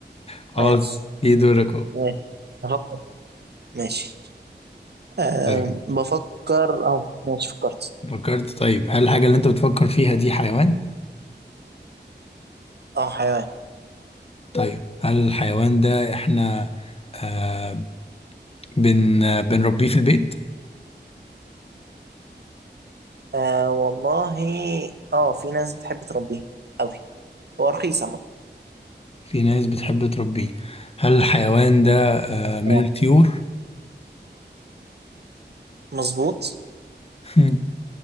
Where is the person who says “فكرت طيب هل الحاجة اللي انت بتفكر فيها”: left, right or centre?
Left